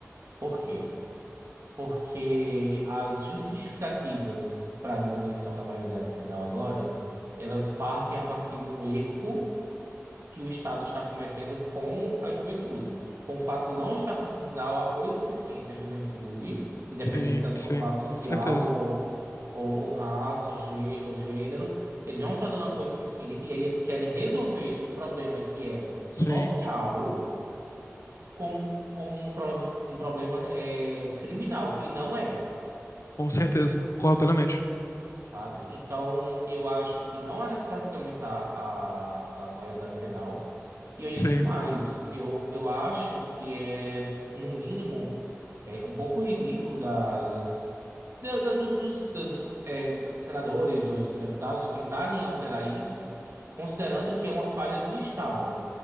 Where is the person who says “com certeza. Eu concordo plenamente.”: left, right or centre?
Left